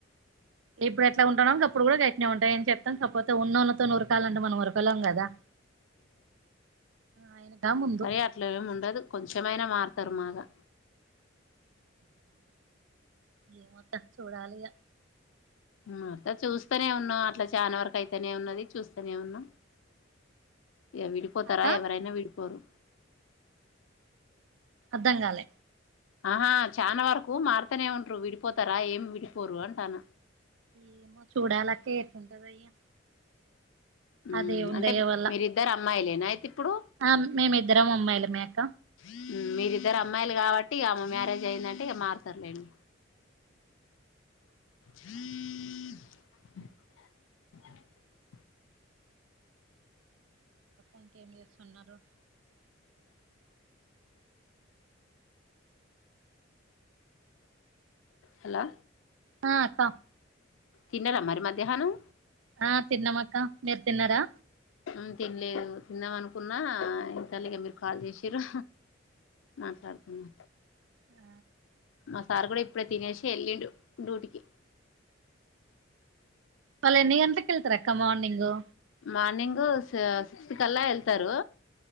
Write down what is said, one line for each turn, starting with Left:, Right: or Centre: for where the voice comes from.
Right: ఇప్పుడు ఎట్లా ఉంటన్నమే గాప్పుడు కూడా గట్నే ఉంతమ ఏం చెత్తం కాకపోతే ఉన్నళ్ళతోనీ వురకాల అంటే మనం ఊరకలేం కదా ఆయనకా ముందు
Left: అయ్యా అట్లా ఏమి ఉండదు కొంచెమైనా మారుతారు మాగా
Right: ఏమే అక్క చూడాలిగా
Left: హ్ అట్లా చూస్తనే ఉన్నాం. అట్లా చాలా వరకు అయితేనే ఉన్నది. చూస్తనే ఉన్నాం విడిపోతారా
Right: అక్క
Left: ఎవరైనా విడిపోరు
Right: అర్ధం కాలే
Left: ఆహా చానా వరకు మారుతానే ఉంటరూ విడిపోతారా ఏమి విడిపోరు అంటాన్న
Right: ఏమో చూడాలక్క ఎట్లుంటదో ఇగ
Left: హ్
Right: ఆ దేవుని
Left: అంటే
Right: దయ వల్ల
Left: మీరిద్దరు అమ్మాయిలేనా అయితే ఇప్పుడు
Right: ఆ మేము ఇద్దరం అమ్మాయిలమే అక్క
Left: హ్ మీరిద్దరు అమ్మాయిలు కాబట్టి ఇగా ఆమె మ్యారేజ్ అయిందంటే ఇక మారుతారులేండి. <inaudible>
Right: ఇంకేం జేస్తున్నారు
Left: హలో
Right: ఆ అక్క
Left: తిన్నారా మరి మధ్యాహ్నం
Right: ఆ తిన్నామక్క మీరు తిన్నారా
Left: ఉమ్ తినలేదు తిందామ అనుకున్నా ఇంతల్లిగే మీరు కాల్ జేసిర్రు మాట్లాడుతున్నా
Right: ఆ
Left: మ సార్ కూడా ఇప్పుడే తినేసి యెళ్ళిండు డూటికి
Right: వాళ్ళ ఎన్ని గంటలకు యెళ్తరక్క మార్నింగు
Left: మార్నింగ్ సిక్స్త్ కల్లా యెళ్తారు